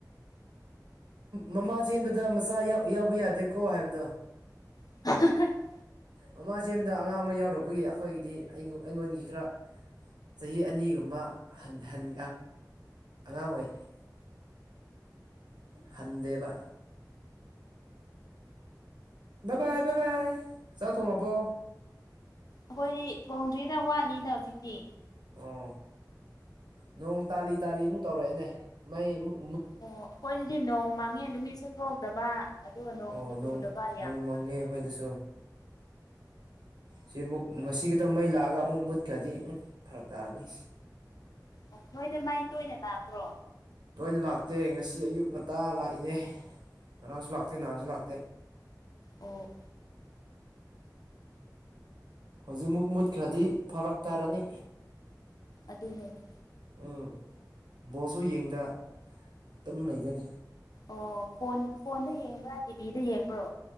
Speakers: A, on the right; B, on the left.
A: ꯃꯃꯥ ꯆꯦꯟꯕꯗ ꯃꯆꯥ ꯌꯥꯎꯕ ꯌꯥꯗꯦꯀꯣ ꯍꯥꯏꯕꯗꯣ
B: <unintelligible>
A: ꯃꯃꯥ ꯆꯦꯗ ꯑꯉꯥꯡ ꯑꯃ ꯌꯥꯎꯔꯛꯄꯒꯤ ꯑꯩꯈꯣꯏꯒꯤꯗꯤ ꯑꯩ ꯑꯩꯉꯣꯟꯒꯤ ꯈꯔ ꯆꯍꯤ ꯑꯅꯤꯒꯨꯝꯕ ꯑꯉꯥꯡ ꯑꯣꯏ ꯍꯟꯗꯦꯕ ꯕꯥꯕꯥꯥꯏ ꯕꯥꯕꯥꯏ ꯆꯥꯎ ꯊꯣ ꯑꯕꯣ
B: ꯑꯩꯈꯣꯏꯗꯤ ꯊꯣꯡꯗ꯭ꯔꯤꯗ ꯋꯥꯠꯂꯤꯗ ꯍꯧꯖꯤꯛꯇꯤ
A: ꯑꯣ ꯅꯣꯡ ꯇꯥꯂꯤ ꯇꯥꯂꯤ ꯑꯃꯨꯛ ꯇꯧꯔꯛꯑꯦꯅꯦ ꯃꯩꯨꯛ
B: ꯑꯣ ꯑꯩꯈꯣꯏꯗꯗꯤ ꯅꯣꯡ ꯃꯥꯡꯉꯦ ꯅꯨꯃꯤꯠꯁꯨ ꯊꯣꯛꯇꯕ ꯑꯗꯨꯒ ꯅꯣꯡꯁꯨ
A: ꯑꯣ ꯅꯣꯡ
B: ꯆꯨꯗꯕ ꯌꯥꯝ
A: ꯅꯣꯡ
B: ꯐꯪꯉꯦ
A: ꯑꯩꯈꯣꯏꯗꯁꯨ ꯁꯤ ꯑꯃꯨꯛ ꯉꯁꯤ ꯈꯤꯇꯪ ꯃꯩ ꯂꯥꯛꯑꯒ ꯑꯃꯨꯛ ꯃꯨꯠꯈ꯭ꯔꯗꯤ ꯎꯝ ꯐꯔꯛ ꯇꯥꯔꯅꯤ
B: ꯑꯣ ꯅꯣꯏꯗ ꯃꯥꯏ ꯇꯣꯏꯅ ꯂꯥꯛꯇ꯭ꯔꯣ
A: ꯇꯣꯏꯅ ꯂꯥꯛꯇꯦ ꯉꯁꯤ ꯑꯌꯨꯛ ꯉꯟꯇꯥ ꯂꯥꯛꯏꯅꯦ ꯉꯔꯥꯡꯁꯨ ꯂꯥꯛꯇꯦ ꯅꯍꯥꯟꯁꯨ ꯂꯥꯛꯇꯦ
B: ꯑꯣ
A: ꯍꯧꯖꯤꯛꯃꯨꯛ ꯃꯨꯠꯈ꯭ꯔꯗꯤ ꯐꯔꯛ ꯇꯥꯔꯅꯤ
B: ꯑꯗꯨꯅꯦ ꯑꯗꯨ
A: ꯎꯝ ꯕꯣꯁꯁꯨ ꯌꯦꯡꯗ ꯑꯗꯨꯝ ꯂꯩꯗꯣꯏꯅꯦ
B: ꯑꯣ ꯐꯣꯟ ꯐꯣꯟꯗ ꯌꯦꯡꯕ꯭ꯔꯥ ꯇꯤꯚꯤꯗ ꯌꯦꯡꯕ꯭ꯔꯣ